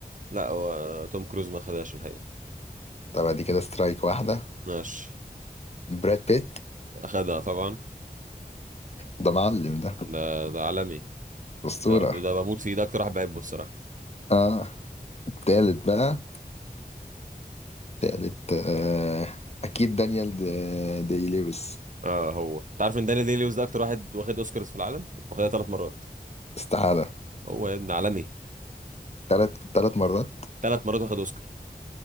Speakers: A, on the right (about 50°); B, on the left (about 40°).
A: لا هو توم كروز ما خدهاش الحقيقه
B: طب دي كده سترايك واحده
A: ماشي
B: براد بيت
A: اخدها طبعا
B: ده معلم ده
A: ده ده عالمي
B: اسطوره
A: ده ده بموت فيه ده اكتر واحد بحبه الصراحه
B: اه التالت بقى تالت آه، أكيد دانيال دي, دي لويس
A: اه هو انت عارف ان داني دي لويس ده اكتر واحد واخد اوسكارز في العالم واخدها ثلاث مرات
B: استحالة
A: هو يا ابن عالمي
B: تلات تلات مرات
A: ثلاث مرات واخد اوسكار